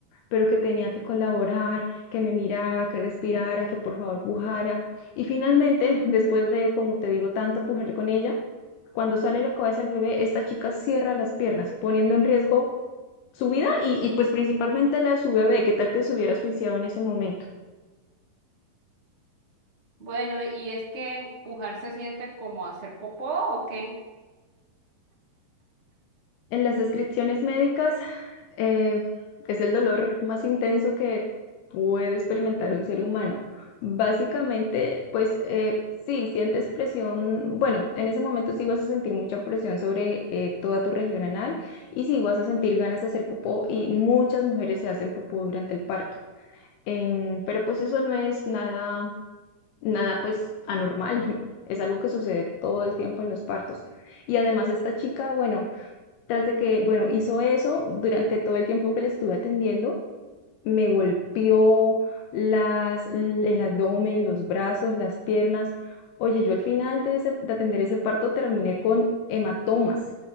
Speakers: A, on the left (about 80°); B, on the right (about 25°).
A: pero que tenía que colaborar, que me miraba, que respirara, que por favor pujara. Y finalmente, después de, como te digo, tanto pujar con ella, cuando sale la cabeza del bebé, esta chica cierra las piernas, poniendo en riesgo su vida y, y, pues principalmente la de su bebé, qué tal que se hubiera asfixiado en ese momento.
B: Bueno, y es que pujar se siente como hacer popó o qué?
A: En las descripciones médicas eh, es el dolor más intenso que puede experimentar un ser humano. Básicamente, pues eh, sí, sientes presión, bueno, en ese momento sí vas a sentir mucha presión sobre eh, toda tu región anal y sí vas a sentir ganas de hacer popó y muchas mujeres se hacen popó durante el parto. Em, pero pues eso no es nada nada pues anormal, <laughs> es algo que sucede todo el tiempo en los partos. Y además esta chica, bueno, tras de que, bueno, hizo eso durante todo el tiempo que le estuve atendiendo, me golpeó las, el abdomen, los brazos, las piernas. Oye, yo al final de, ese- de atender ese parto terminé con hematomas,